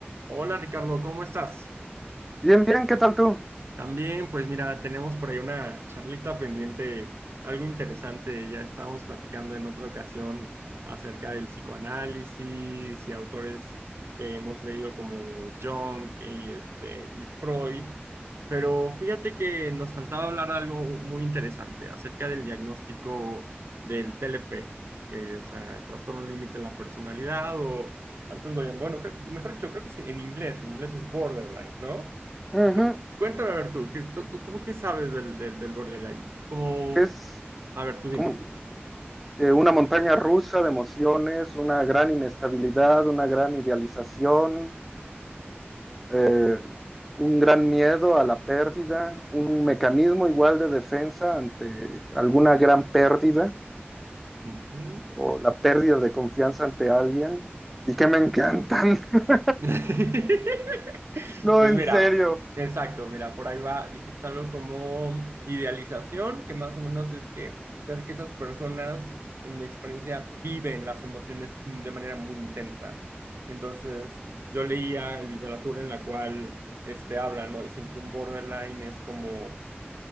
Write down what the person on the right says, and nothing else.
Hola Ricardo, ¿cómo estás?
También, pues mira, tenemos por ahí una charlita pendiente, algo interesante. Ya estábamos platicando en otra ocasión acerca del psicoanálisis y autores que hemos leído como Jung y, este, y Freud. Pero fíjate que nos faltaba hablar de algo muy interesante acerca del diagnóstico del TLP, que, o sea, trastorno límite de la personalidad o antes lo llaman, bueno, creo- mejor dicho, creo que sí, en inglés, en inglés es borderline, ¿no?
Cu- Cuéntame, a ver tú, ¿qué- co- co- ¿cómo que sabes del, del, del borderline? Como,
a ver, tú dime.
Ujú.
<laughs>
Pues
mira,
exacto, mira, por ahí va, dijiste algo como idealización, que más o menos es que, ver que esas personas, en mi experiencia, viven las emociones de manera muy intensa. Entonces, yo leía literatura en la cual este, hablan, ¿no? Dicen que un borderline es como